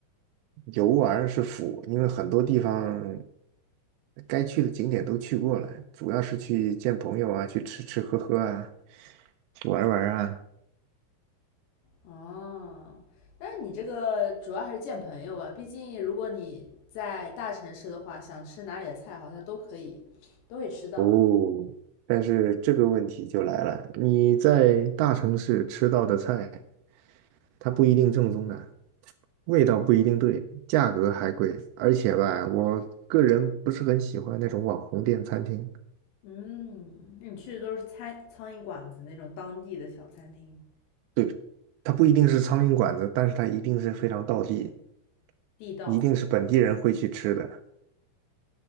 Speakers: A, on the right (about 85°); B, on the left (about 80°).
A: 游玩是辅，因为很多地方该去的景点都去过了，主要是去见朋友啊，去吃吃喝喝啊，去玩玩啊。
B: 哦，那你这个主要还是见朋友吧，毕竟如果你在大城市的话，想吃哪里的菜好像都可以，都会吃到啊。
A: 哦，但是这个问题就来了，你在大城市吃到的菜，它不一定正宗的，味道不一定对，价格还贵，而且吧，我个人不是很喜欢那种网红店餐厅，
B: 嗯，那你去的都是餐苍蝇馆子那种当地的小餐厅，
A: 对，它不一定是苍蝇馆子，但是它一定是非常道地，
B: 地道的。
A: 一定是本地人会去吃的。